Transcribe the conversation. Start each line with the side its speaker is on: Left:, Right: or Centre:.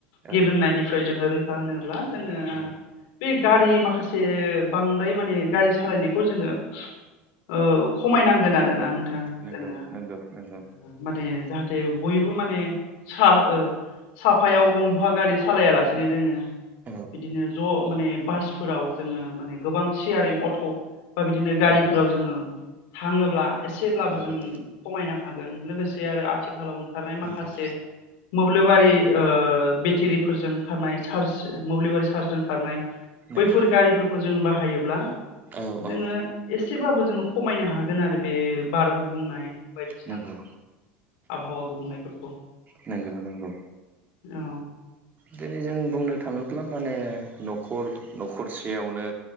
Left: गेबेंनायनिफ्राय
Right: औ
Left: जोङो रैखा होनोब्ला बा जोंओ
Right: औ
Left: बे गारि माखासे बांद्राय माने गारि सालायनायखौ जोङो ओ खमायनांगोन आरो। दा नोंथां
Right: नंगौ
Left: जोङो
Right: नंगौ नंगौ
Left: माने जाहाथे बयबो माने सा ओ साफायाव गंफा गारि सालायालासिनो जोङो
Right: औ
Left: बिदिनो ज' माने बासफोराव जोङो माने गोबां सियारिं अट' बा बिदिनो गारिफोराव
Right: नंगौ
Left: जोङो <unintelligible> एसेब्लाबो
Right: नंगौ
Left: जों खमायनो हागोन। लोगोसे आरो आथिखालाव ओंखारनाय माखासे
Right: नंगौ
Left: मोब्लिबारि ओ बिथिरि फोरजों खारनाय चार्ज मोब्लिबारि चार्जजों खारनाय
Right: नंगौ
Left: बैफोर गारिफोरखौ जों बाहायोब्ला
Right: औ
Left: जोङो
Right: औ
Left: एसेबाबो जोङो खमायनो हा बे बार गुबुंनाय बायदिसिनाफोरखौ
Right: नंगौ
Left: आबहावा गुबुंनायफोरखौ
Right: नोंगौ नोंगौ
Left: औ
Right: दिनै जों बुंनो थाङोब्ला माने न'खर न'खरसेयावनो